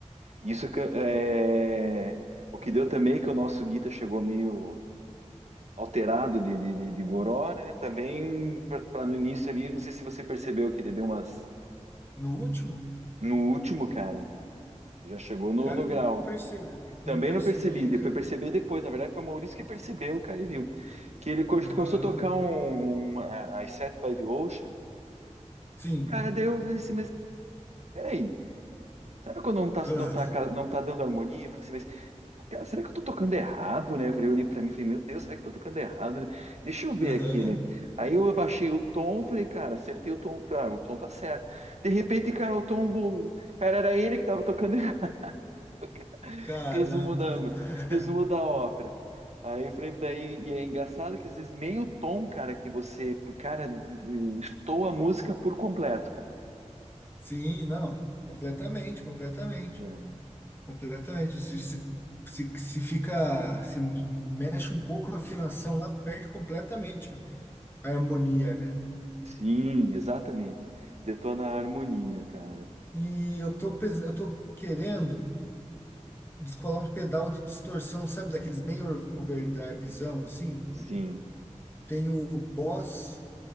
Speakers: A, on the right; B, on the left.
A: Isso que- é o que deu também que o nosso Guita chegou meio alterado de, de, de- de goró, né? Também para no início ali, não sei se você percebeu que ele deu umas
B: No último,
A: no último, cara. Já chegou no,
B: cara,
A: no
B: eu
A: grau.
B: não percebi, não
A: Também
B: percebi,
A: não percebi, de-
B: cara.
A: fui perceber depois. Na verdade, foi o Maurício que percebeu, cara, e viu. Que ele co-
B: Aham.
A: começou a tocar um, uma, a- as Set by the Ocean.
B: Sim.
A: Cara, daí eu falei assim, mas peraí. Sabe quando não tá,
B: Ah,
A: não tá, ca- não tá dando harmonia? Eu falei assim, Cara, será que eu tô tocando errado, né? Eu falei, eu olhei pra mim e falei, meu Deus, será que eu tô tocando errado, né? Deixa eu ver
B: Aham.
A: aqui, né? Aí eu abaixei o tom, falei, cara, acertei o tom, tá, o tom tá certo. De repente, cara, o tom, vo- cara, era ele que tava tocando errado. <laughs>
B: Caramba.
A: Resumo da,
B: <laughs>
A: resumo da ópera. Aí eu falei, daí, e é engraçado que às vezes meio tom, cara, que você, cara, estou a música por completo, cara.
B: Sim, não, completamente, completamente,
A: É.
B: completamente. Se, se, se, se fica, se mexe um pouco a afinação lá, perde completamente a harmonia, né?
A: Sim, exatamente. Detona a harmonia, cara.
B: E eu tô, pes- eu tô querendo descolar um pedal de distorção, sabe, daqueles bem over- overdrivezão, assim.
A: Sim.
B: Tem o Boss,